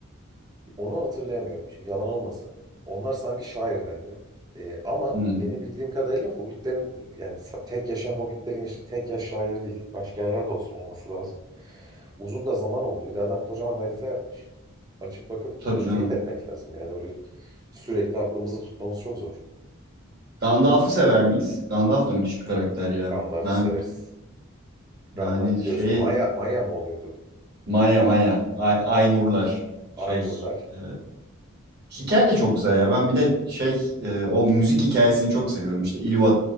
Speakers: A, on the right; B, on the right.
A: Onu hatırlayamıyorum. Şimdi yalan olmasın. Onlar sanki şairdendi. Ee, ama
B: Hmm,
A: benim bildiğim kadarıyla hobbitlerin yani sa- tek yaşayan hobbitlerin yaşı tek yaş şair değil. Başka yerlerde olsun olması lazım. Uzun da zaman oldu. Bir de adam kocaman harita yapmış. Açıp bakıp
B: tabii
A: bunları
B: canım.
A: teyit etmek lazım. Yani öyle sürekli aklımızda tutmamız çok zor.
B: Gandalf'ı sever miyiz? Gandalf da müthiş bir karakter ya.
A: Gandalf'ı
B: Ben
A: severiz.
B: yani
A: Gandalf biliyorsun
B: şeye
A: Maya Maya mı oluyordu?
B: Maya Maya. Ay, Aynurlar. Şey.
A: Aynurlar.
B: e, hikaye de çok güzel ya. Ben bir de şey e, o müzik hikayesini çok seviyorum. İşte İlu